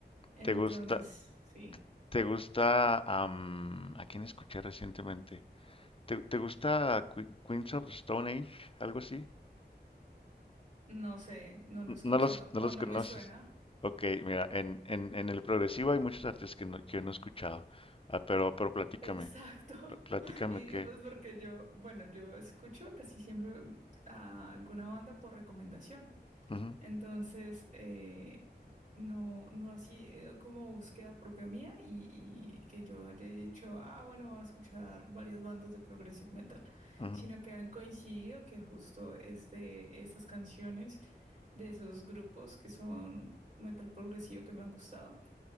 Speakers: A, on the right; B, on the left.
A: Entonces,
B: ¿Te gusta,
A: sí,
B: te gusta, am, a quién escuché recientemente? ¿Te, te gusta Que- Queens of the Stone Age? ¿Algo así?
A: no sé, no lo
B: N-
A: he escuchado
B: No los, no
A: o
B: los
A: no
B: conoces.
A: me suena.
B: Ok, mira, en, en, en el progresivo hay muchos artistas que no, que no he escuchado. Ah, pero, pero platícame,
A: Exacto. <laughs>
B: pl- platícame
A: Y,
B: que...
A: y, pues porque yo, bueno, yo escucho casi siempre a alguna banda por recomendación.
B: ujú,
A: Entonces, eh, no, no ha sido como búsqueda propia mía y, y que yo haya dicho, ah, bueno, voy a escuchar varias bandas de progressive metal,
B: ujú.
A: sino que han coincidido que justo es de esas canciones de esos grupos que son metal progresivo que me han gustado.